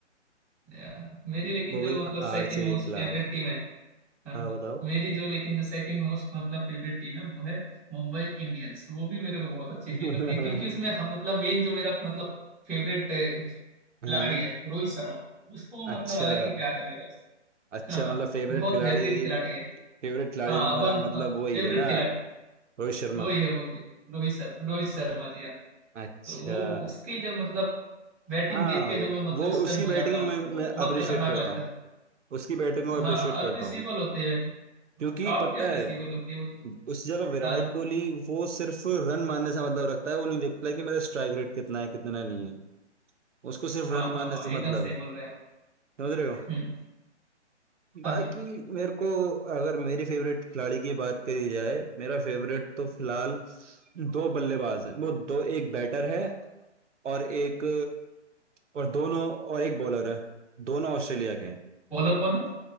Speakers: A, in the centre; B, on the right.
A: यार मेरी लेकिन
B: वो
A: जो
B: भी
A: मतलब सेकंड
B: आरसीबी
A: मोस्ट
B: के खिलाफ
A: फेवरेट टीम है हाँ
B: हाँ बताओ
A: मेरी जो लेकिन जो सेकंड मोस्ट मतलब फेवरेट टीम है वो है मुंबई इंडियंस वो भी मेरे को बहुत अच्छी
B: <laughs>
A: फील होती है क्योंकि उसमें हम मतलब मेन जो मेरा मतलब फेवरेट खिलाड़ी
B: हाँ
A: है रोहित शर्मा उसको
B: अच्छा
A: मतलब अलग ही प्यार है मेरा उस
B: अच्छा
A: <laughs> हाँ,
B: मतलब फेवरेट
A: बहुत
B: खिलाड़ी
A: बेहतरीन खिलाड़ी है
B: फेवरेट खिलाड़ी
A: हाँ
B: तुम्हारा
A: वन
B: मतलब वही
A: फेवरेट
B: है ना
A: खिलाड़ी
B: रोहित शर्मा
A: वही है वही है रोहित शर्मा रोहित शर्मा जी हाँ
B: अच्छा
A: तो वो उसकी जब मतलब बैटिंग
B: हाँ
A: देख के
B: वो
A: जो मैं मतलब स्टन
B: उसकी
A: हो
B: बैटिंग
A: जाता हूँ
B: में मैं
A: वो बहुत
B: अप्रिशिएट
A: खतरनाक
B: करता
A: लगता
B: हूँ उसकी बैटिंग को
A: है हाँ
B: अप्रिशिएट
A: हाँ
B: करता
A: अप्रिसिएबल
B: हूँ
A: होते हैं बैटिंग
B: क्योंकि
A: हाँ, काफी
B: पता
A: अप्रिसिएबल
B: है
A: होती है वो
B: उस जगह विराट
A: हाँ जी
B: कोहली वो सिर्फ रन मारने से मतलब रखता है वो नहीं देखता है कि मेरा स्ट्राइक रेट कितना है कितना नहीं है उसको सिर्फ
A: हाँ
B: रन
A: हाँ
B: मारने
A: हाँ
B: से
A: एकदम
B: मतलब
A: सही
B: है
A: बोल रहे हैं आप
B: समझ रहे हो
A: हम्म
B: बाकी
A: हाँ जी
B: मेरे को अगर मेरी फेवरेट खिलाड़ी की बात करी जाए मेरा फेवरेट तो फिलहाल दो बल्लेबाज हैं वो दो एक बैटर है और एक और दोनों और एक बॉलर है दोनों ऑस्ट्रेलिया के हैं
A: बॉलर कौन है